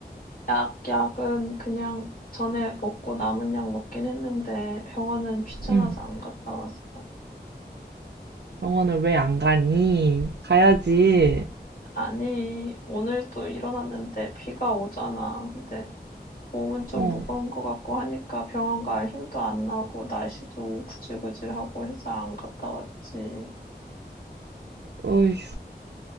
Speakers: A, on the left; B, on the right.
A: 약, 약은 그냥 전에 먹고 남은 약 먹긴 했는데 병원은 귀찮아서
B: 응,
A: 안 갔다 왔어.
B: 병원을 왜 안 가니? 가야지.
A: 아니, 오늘도 일어났는데 비가 오잖아. 근데 몸은 좀
B: 어,
A: 무거운 것 같고 하니까 병원 갈 힘도 안 나고 날씨도 구질구질하고 해서 안 갔다 왔지.
B: 어휴.